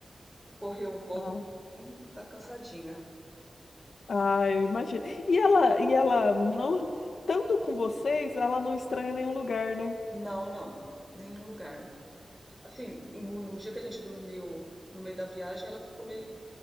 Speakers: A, in the centre; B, on the left.
A: Correu um pouco,
B: Ah,
A: tá cansadinha.
B: ai, eu imagino. E ela, e ela não, estando com vocês, ela não estranha nenhum lugar, né?
A: Não, não, nenhum lugar. Assim, no, no dia que a gente dormiu no meio da viagem, ela ficou meio